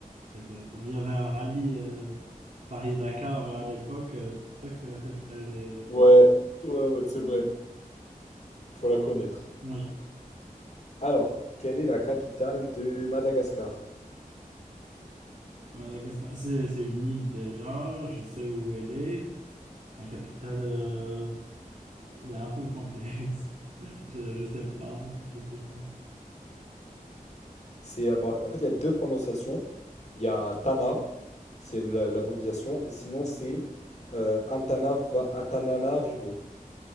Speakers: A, on the right; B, on the left.
A: exactement. Il y avait un rallye euh, Paris-Dakar à l'époque, euh, c'est pour ça que la capitale, elle est, elle est
B: Ouais,
A: très-
B: ouais, ouais, c'est vrai. Faut la connaître.
A: Oui,
B: Alors, quelle est la capitale de Madagascar?
A: Madagascar. C'est, c'est une île déjà, je sais où elle est. La capitale, euh, elle est un peu complexe. <laughs> Je, je sais pas, je sais pas.
B: C'est, euh, bah, en fait, il y a deux prononciations. Il y a Tana, c'est la- l'abréviation, et sinon c'est euh, Antanava- Antananarivo.